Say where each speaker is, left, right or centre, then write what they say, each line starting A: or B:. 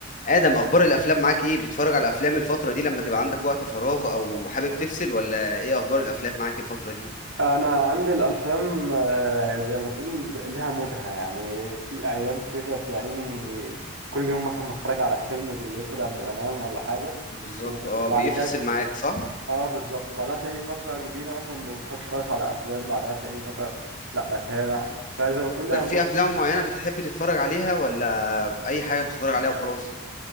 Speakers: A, on the left; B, on the right.
A: آدم أخبار الأفلام معاك إيه؟ بتتفرج على أفلام الفترة دي لما تبقى عندك وقت فراغ أو حابب تفصل ولا إيه أخبار الأفلام معاك الفترة دي؟
B: انا عندي الافلام آه، زي ما تقول ب- ليها مودها يعني في ايام كده تلاقيني كل يوم مثلا بتفرج على فيلم بالليل كده قبل ما انام ولا حاجه
A: بالظبط
B: و-
A: أه
B: وبعد
A: بيفصل
B: كده
A: معاك صح؟
B: اه بالظبط وبعدها تلاقيني فتره كبيره مثلا ما بتفرجش خالص على افلام بعدها تلاقيني فتره لا بتابع فزي ما تقول ليها
A: طيب في
B: مودها
A: أفلام معينة بتحب تتفرج عليها ولا أي حاجة بتتفرج عليها وخلاص؟